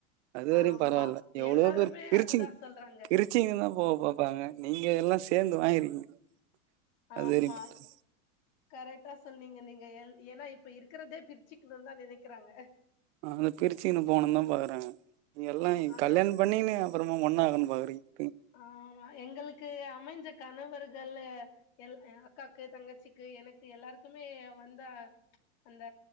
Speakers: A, on the right; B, on the left.
A: அதுவரையு
B: ஆமா
A: பரவா இல்ல எவ்ளோ
B: எல்லாருமே
A: பேர் பிரிச்சிங்
B: அதுதா சொல்றாங்க
A: பிரிச் ச்சிங் தா போவ பாப்பாங்க நீங்க எல்லா சேந்து வாங்கிருக்கீங்க அது
B: ஆமா
A: வரையு
B: கரெக்டா சொன்னீங்க நீங்க எ ஏனா இப்ப இருக்கிறதே பிரிச்சுக்கணுன்னு தா நெனைக்கிறாங்க
A: <unintelligible> பிரிச்சுக்குன்னு போணுதா பாக்குறாங்க இங்க எல்லா
B: ஆமா ஆனா
A: கல்யாணம் பண்ணின்னு அப்பறமா <unintelligible> பாக்குறீங்க
B: ஆ எங்களுக்கு அமைஞ்ச கணவர்கள்லு எல் எ அக்காக்கு தங்கச்சிக்கு எனக்கு எல்லாருக்குமே வந்த அந்த